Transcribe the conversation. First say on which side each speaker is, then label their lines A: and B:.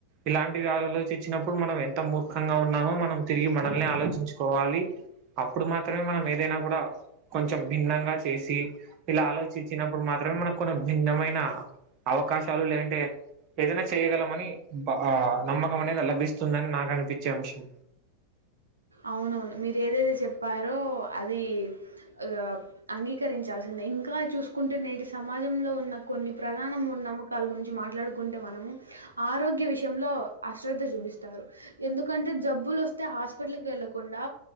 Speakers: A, on the right; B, on the right.
A: ఇలాంటివి ఆలోచించినప్పుడు మనం ఎంత మూర్ఖంగా ఉన్నామో మనం తిరిగి మనల్ని ఆలోచించుకోవాలి. అప్పుడు మాత్రమే మనం ఏదైనా గూడ కొంచం భిన్నంగా చేసి ఇలా ఆలోచించినప్పుడు మాత్రమే మనకు కొన్ని భిన్నమైన అవకాశాలు లేదంటే ఏదైనా చేయ్యగలం అని బా ఆ నమ్మకం అనేది లభిస్తుందని నాకనిపిచ్చే అంశం.
B: అవునవును మీరు ఏదైతే చెప్పారో అది అ అంగీకరించాల్సిందే ఇంకా చూసుకుంటే నేటి సమాజంలో ఉన్న కొన్ని ప్రధాన మూఢ నమ్మక వాల్ గురించి మాట్లాడుకుంటే మనము ఆరోగ్య విషయంలో అశ్రద్ధ జూపిస్తారు ఎందుకంటే జబ్బులొస్తే ఆస్ హాస్పిటల్కి వెళ్ళకుండా